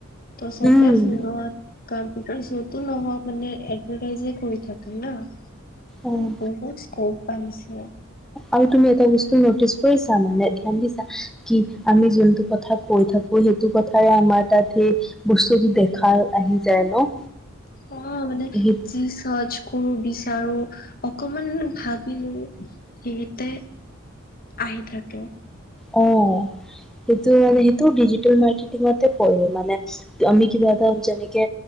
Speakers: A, on the left (about 45°); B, in the centre.
A: ত' চবে
B: উম
A: ফোনত, কম্পিউটাৰ শ্বতো নহয় মানে এডভাটাইজে কৰি থাক ন!
B: অঁ,
A: উম বহুত স্কপ আহিছে।
B: আৰু তুমি এটা বস্তু নটিচ কৰিছা মানে ধ্যান দিছা কি আমি যোনটো কথা কৈ থাকো সেইটো কথাৰে আমাৰ তাত সেই বস্তুটো দেখাৰ আহি যায় ন?
A: অ' মানে
B: সেই
A: যি চজ কৰো বিচাৰো। অকমান ভাবিলো সেইতে আহি থাকে।
B: অ সেইটো মানে সেইটো ডিজিটেল মাৰ্কেটিঙতে পঢ়ো মানে আমি কিবা এটা যেনেকে